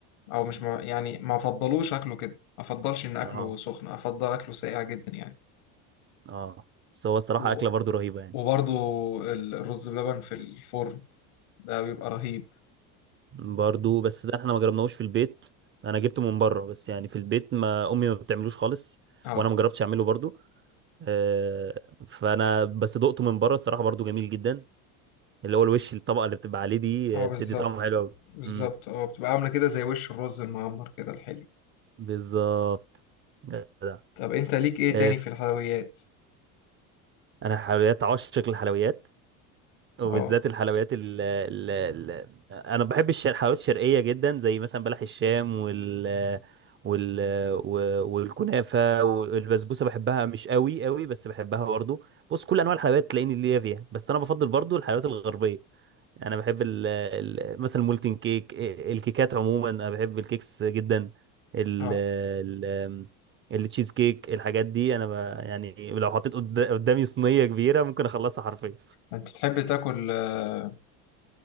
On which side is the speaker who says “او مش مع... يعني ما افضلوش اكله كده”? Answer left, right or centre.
Left